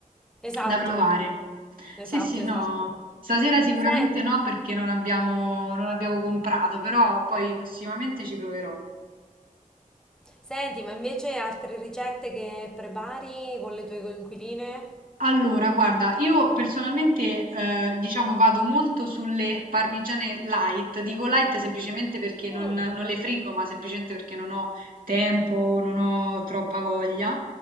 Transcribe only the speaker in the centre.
esatto,
esatto,
esatto.
Sen-
Senti, ma invece altre ricette che prepari con le tue coinquiline?
Mm.